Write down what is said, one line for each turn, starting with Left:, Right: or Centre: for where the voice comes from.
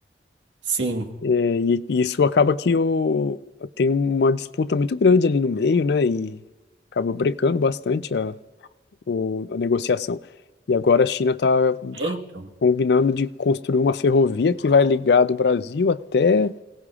Right: Sim,
Left: E, e isso acaba que o, tem uma disputa muito grande ali no meio, né? E acaba brecando bastante a, o- a negociação. E agora a China está
Right: é então.
Left: combinando de construir uma ferrovia que vai ligar do Brasil até,